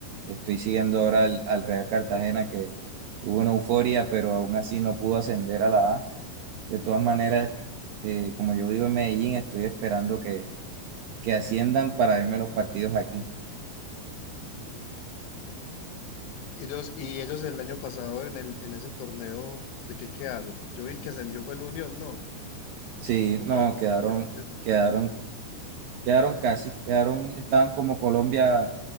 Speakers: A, on the right; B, on the left.
A: Estoy siguiendo ahora al, al Real Cartagena que tuvo una euforia, pero aún así no pudo ascender a la A. De todas maneras, eh, como yo vivo en Medellín, estoy esperando que, que asciendan para verme los partidos aquí.
B: Ellos, y ellos el año pasado en el, en ese torneo, ¿de qué quedaron? Yo vi que ascendió fue el Unión, ¿no?
A: Sí,
B: ¿O
A: no,
B: cuál fue?
A: quedaron,
B: Es- es-
A: quedaron, quedaron casi, quedaron, estaban como Colombia